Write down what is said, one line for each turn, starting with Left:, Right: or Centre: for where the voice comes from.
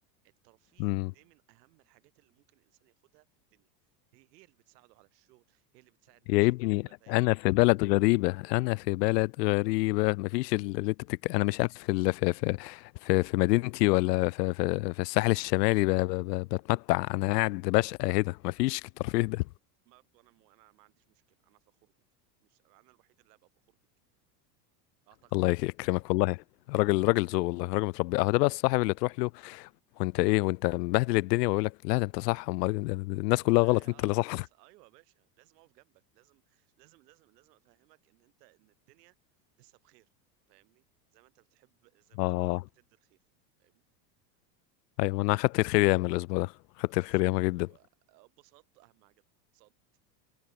Right: الترفيه
Left: امم
Right: ده من اهم الحاجات اللي ممكن الانسان ياخدها في الدنيا دي هي اللي بتساعده على الشغل هي اللي بتساعد نفسيته
Left: يا ابني
Right: انه يبقى فايق
Left: انا في بلد غريبه انا في بلد غريبه مفيش ال- اللي انت بتك... انا مش عارف في ال... في في في في مدينتي ولا في في, في الساحل الشمالي ب... ب... ب... بتمتع انا قاعد بشقى هنا مفيش الترفيه ده
Right: برضه انا م... انا ما عنديش مشكله انا فخور بيك مش انا الوحيد اللي هبقى فخور بيك اعتقد
Left: الله
Right: يعني
Left: يكرمك والله راجل راجل ذوق والله راجل متربي اهو ده بقى الصاحب اللي تروح له وانت ايه وانت مبهدل الدنيا ويقول لك لا ده انت صح امال إيه؟ ده- الناس
Right: ولا
Left: كلها غلط
Right: اي اه
Left: انت اللي صح
Right: الناس ايوه يا باشا لازم اقف جنبك لازم لازم لازم لازم افهمك ان انت ان الدنيا لسه بخير فاهمني زي ما انت بتحب زي ما
Left: اه
Right: انت بتحب تدي الخير فاهمني
Left: ايوه انا اخدت الخير ياما الاسبوع ده اخدت
Right: خلاص
Left: الخير
Right: يا
Left: ياما
Right: عم
Left: جدا
Right: اتبسطت اهم حاجه اتبسطت